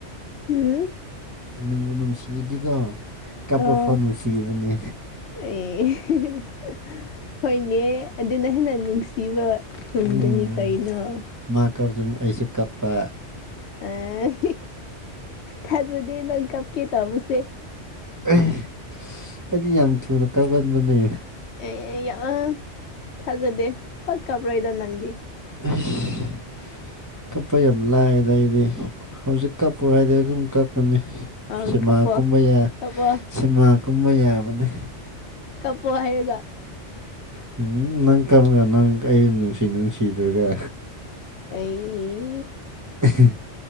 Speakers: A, on the left; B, on the right.
A: ꯍꯝ
B: ꯅꯨꯡꯕꯨ ꯅꯨꯡꯁꯤꯗꯤꯀꯣ
A: ꯎꯝ
B: ꯀꯥꯞꯄ ꯐꯥꯎ ꯅꯨꯡꯁꯤꯕꯅꯦ
A: ꯑꯦ ꯍꯣꯢꯅꯦ ꯑꯗꯨꯅ ꯍꯦꯟꯅ ꯅꯨꯡꯁꯤꯕ ꯍꯤꯡꯗꯨꯅꯤ
B: ꯎꯝ
A: ꯀꯩꯅꯣ
B: ꯃꯥ ꯀꯞꯖꯨ ꯃꯨꯛ ꯑꯩꯁꯨ ꯀꯞꯄ
A: ꯑꯥ ꯍꯤ ꯊꯥꯖꯗꯦ ꯅꯪ ꯀꯞꯀꯦ ꯇꯧꯕꯁꯦ
B: ꯑꯩ ꯑꯁ ꯑꯩꯗꯤ ꯌꯥꯝ ꯊꯨꯅ ꯀꯒꯟꯕꯅꯦ
A: ꯑꯦ ꯌꯦ ꯌꯦ ꯌꯥ ꯊꯥꯖꯗꯦ ꯄꯥꯛ ꯀꯞꯔꯣꯢꯗ ꯅꯪꯗꯤ
B: ꯑꯩꯏꯁ ꯀꯞꯄ ꯌꯥꯝ ꯂꯥꯢꯌꯦꯗ ꯑꯩꯗꯤ ꯍꯧꯖꯤꯛ ꯀꯞꯄꯣ ꯍꯥꯢꯗꯤ ꯑꯗꯨꯝ ꯀꯞꯀꯅꯤ
A: ꯑ
B: ꯁꯤꯃꯥ
A: ꯀꯞꯄꯣ
B: ꯀꯨꯝꯕ ꯌꯥ
A: ꯀꯞꯄꯣ
B: ꯁꯤꯃꯥ ꯀꯨꯝꯕ ꯌꯥꯕꯅꯦ
A: ꯀꯞꯄꯣ ꯍꯥꯢꯔꯒ
B: ꯍꯨꯝ ꯅꯪ ꯀꯞꯔ ꯅꯪ ꯑꯩ ꯅꯨꯡꯁꯤ ꯅꯨꯡꯁꯤꯗ꯭ꯔꯒ
A: ꯑꯩꯌꯤ
B: ꯑꯍꯦ